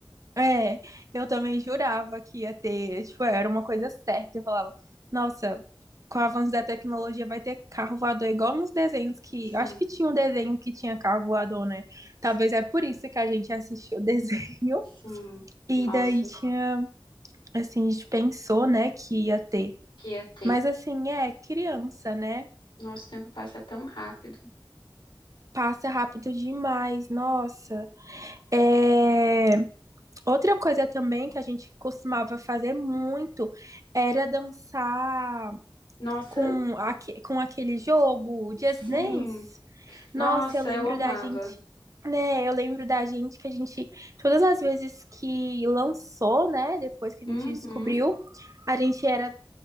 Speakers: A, on the right; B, on the left.
A: É, eu também jurava que ia ter, tipo, era uma coisa certa. Eu falava, nossa, com o avanço da tecnologia vai ter carro voador igual nos desenhos que,
B: Sim,
A: eu acho que tinha um desenho que tinha carro voador, né?
B: sim,
A: Talvez é por isso que a gente assistiu o desenho.
B: sim.
A: <laughs> E
B: Nossa,
A: daí tinha, assim, a gente pensou, né, que ia ter.
B: que ia ter.
A: Mas assim, é criança, né?
B: Nosso tempo passa tão rápido.
A: Passa rápido demais, nossa. É... Outra coisa também que a gente costumava fazer muito era dançar
B: Nossa,
A: com, aque- com aquele jogo, o Just
B: sim.
A: Dance. Nossa,
B: Nossa,
A: eu lembro
B: eu amava.
A: da gente, né? Eu lembro da gente que a gente, todas as vezes que lançou, né? Depois que
B: Uhum.
A: a gente descobriu, a gente era,